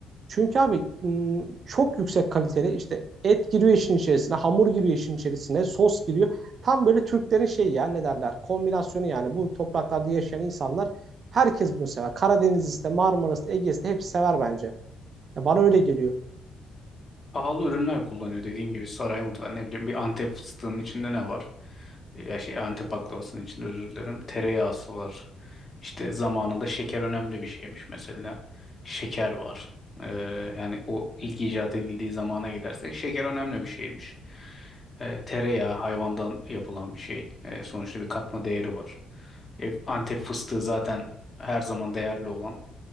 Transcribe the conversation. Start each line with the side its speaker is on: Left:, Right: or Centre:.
Right: Çünkü abi çok yüksek kaliteli işte et giriyor işin içerisine, hamur giriyor işin içerisine, sos giriyor. Tam böyle Türklerin şeyi ya ne derler kombinasyonu yani bu topraklarda yaşayan insanlar herkes bunu sever. Karadenizlisi de Marmara'sı da Ege'si de hepsi sever bence. Ya bana öyle geliyor.
Left: Pahalı ürünler kullanıyor dediğin gibi saray mutfağı ne bileyim bir Antep fıstığının içinde ne var? Ya şey Antep baklavasının içinde özür dilerim. Tereyağısı var. İşte zamanında şeker önemli bir şeymiş mesela. Şeker var. Ee, yani o ilk icat edildiği zamana gidersek şeker önemli bir şeymiş. Ee, tereyağı hayvandan yapılan bir şey. Ee, sonuçta bir katma değeri var. E, Antep fıstığı zaten her zaman değerli olan